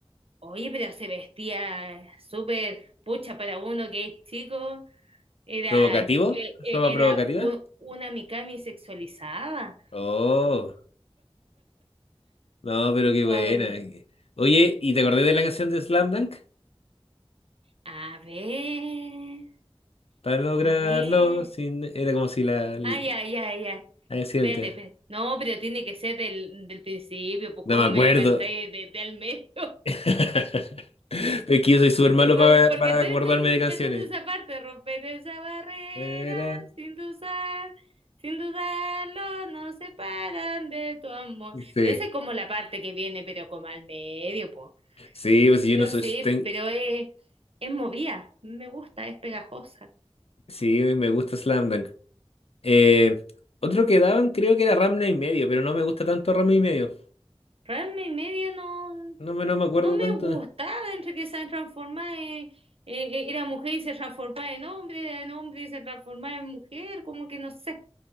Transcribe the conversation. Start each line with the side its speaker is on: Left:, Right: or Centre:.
Right: oye, pero se vestía súper pucha para uno que es chico. Era,
Left: ¿Provocativo?
Right: eh, eh,
Left: ¿Ropa
Right: era
Left: provocativa?
Right: u- una Mikami sexualizada.
Left: Oh, no, pero qué
Right: Ay,
Left: buena. Oye, ¿y te acordás de la canción de Slam Dunk?
Right: a ver,
Left: Para lograrlo,
Right: a ver.
Left: sin... era como si la... la-
Right: Ay, ay, ay, ay.
Left: así
Right: Espérate,
Left: era el tema.
Right: espérate. No, pero tiene que ser del, del principio, pues
Left: No
Right: cómo
Left: me acuerdo.
Right: me la cantáis desde el medio.
Left: <laughs> Es que yo soy súper
Right: Eh,
Left: malo
Right: po-
Left: para,
Right: Porque
Left: para
Right: te
Left: acordarme
Right: estoy
Left: de canciones.
Right: cantando esa parte, romper esa barrera,
Left: Era-
Right: sin dudar, sin dudarlo, nos separan de tu amor.
Left: Sí,
Right: Pero esa es como la parte que viene, pero como al medio, po.
Left: sí, pues sí,
Right: Pero
Left: yo no soy.
Right: sí,
Left: ten-
Right: pero es, es movida, me gusta, es pegajosa.
Left: Sí, me gusta Slam Dunk. Eh, otro que daban creo que era Ramna y medio, pero no me gusta tanto Ramna y medio.
Right: Pero y media no,
Left: No me, no me acuerdo
Right: no me
Left: tanto.
Right: gustaba, entre que se transformaba en, eh, eh, era mujer y se transformaba en hombre, era en hombre y se transformaba en mujer, como que no sé,